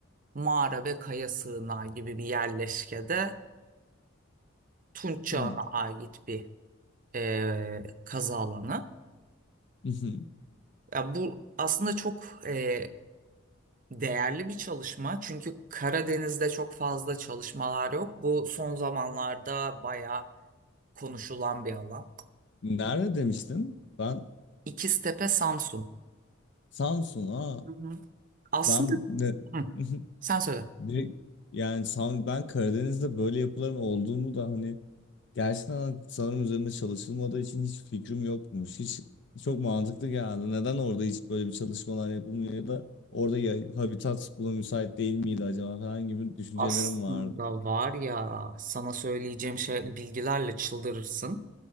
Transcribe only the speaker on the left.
mhm,
mhm.
Nerede demiştin? Ben
Samsun. Aa,
ben ne?
Mhm.
Direkt- yani Sam, ben Karadeniz'de böyle yapıların olduğunu da hani gerçekten hani sanırım üzerinde çalışılmadığı için hiç fikrim yokmuş. Hiç çok mantıklı geldi. Neden orada hiç böyle bir çalışmalar yapılmıyor ya da orada ya, habitat buna müsait değil miydi acaba falan gibi düşüncelerim
vardı.